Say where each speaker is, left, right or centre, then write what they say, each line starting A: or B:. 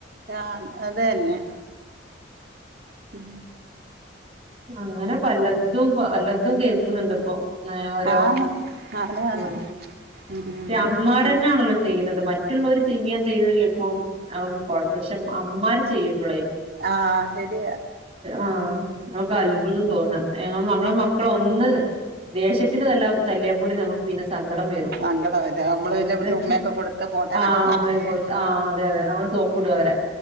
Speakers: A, on the right (about 55°); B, on the right (about 30°).
A: ആഹ അത് തന്നെ ഉ
B: അങ്ങന പലതും പലതും കേ ക്കുന്നുണ്ടപ്പോ. ഓരോ
A: ആന്ന് അതാണ്
B: ഉ
A: ഉം
B: അമ്മാര്
A: ഉം
B: തന്നെയാണല്ലോ ചെയ്യുന്നത്. മറ്റുള്ളവർ ചെയാൻ ചെയ്തു <unintelligible> അ ഒന്നും കൊഴപ്പല്ല അമ്മാർ ചെയ്യുമ്പളെ.
A: ആഹ ശരിയ.
B: ആഹ് നമുക്ക് അത്ഭുതം തോന്ന, നന്മടെ മക്കള് ഒന്ന് ദേഷ്യത്തിന് തല്ലാ തല്ലിയാൽ പോലും നമുക്ക് പിന്നെ സങ്കടം വരും.
A: സങ്കട വരാ നമ്മള്
B: അങ്ങനത്തെ
A: പിന്നെ ഇവിടെ ഉമ്മയൊക്കെ കൊടുത്ത് പോട്ടേന്നൊക്കെ
B: ആ അമ്മയെ
A: പറഞ്ഞ്
B: കൊടുക്കാൻ ആ അതെ അതെ നമ്മള് സോപ്പിടും അവരെ.